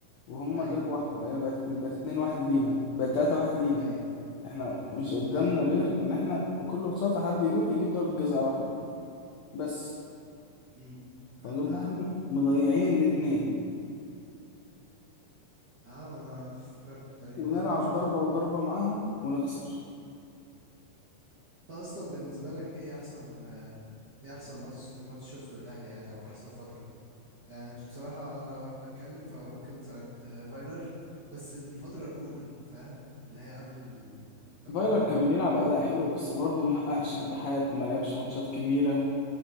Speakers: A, on the left; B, on the right.
A: وهم
B: ايوه
A: جابوا واحده بقينا بقت اتنين- بقت اتنين واحد لينا بقت تلاتة واحد لينا
B: ايوه
A: احنا مش قدامنا
B: ايوه
A: غير ان احنا بكل بساطه حد يروح يجيب ضربه جزاء واحده بس
B: امم
A: فنروح
B: ما انت
A: احنا مضيعين الاتنين
B: اه ما انا افتكرت تقريبا
A: ونلعب
B: تقريبا شفته
A: ضربه وضربه معاهم ونخسر
B: انت اصلا بالنسبه لك ايه احسن آه، ايه احسن ماتش ماتش شفته للاهلي يعني او احسن فتره يعني بصراحة أنا لو هتكلم فممكن ساعة فايلر بس الفترة الأولى فاهم اللي هي قبل ال... قبل
A: فايلر
B: الكورونا
A: كان بيلعب أداء حلو بس برضه محققش نجاحات ما لعبش ماتشات كبيرة